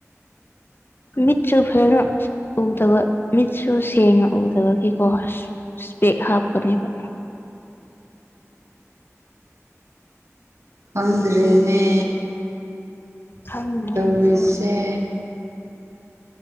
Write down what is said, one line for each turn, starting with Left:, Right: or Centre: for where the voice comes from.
Left: ꯃꯤꯠꯁꯨ ꯐꯔꯅ ꯎꯗꯕ ꯃꯤꯠꯁꯨ ꯁꯦꯡꯅ ꯎꯗꯕ ꯀꯀꯣ ꯄꯦꯛ ꯍꯥꯞꯄꯅꯦꯕ
Right: <unintelligible> ꯐꯪꯗ꯭ꯔꯦꯅꯦ
Left: ꯈꯪꯗ꯭ꯔꯦ
Right: ꯇꯧꯔꯤꯁꯦ
Left: ꯑꯩꯁꯨ